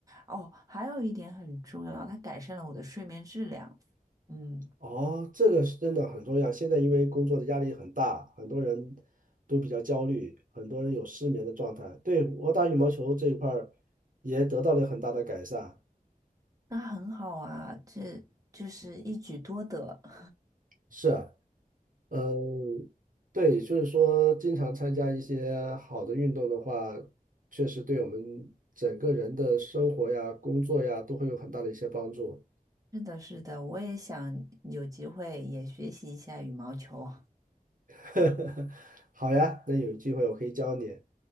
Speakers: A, on the right; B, on the right.
A: 哦，还有一点很重要，它改善了我的睡眠质量。嗯，
B: 哦，这个是真的很重要。现在因为工作的压力很大，很多人都比较焦虑，很多人有失眠的状态。对，我打羽毛球这一块儿也得到了很大的改善。
A: 那很好啊，这就是一举多得。<laughs>
B: 是啊，嗯，对，所以说经常参加一些好的运动的话，确实对我们整个人的生活呀、工作呀都会有很大的一些帮助。
A: 是的，是的，我也想有机会也学习一下羽毛球。
B: <laughs> 好呀，那有机会我可以教你。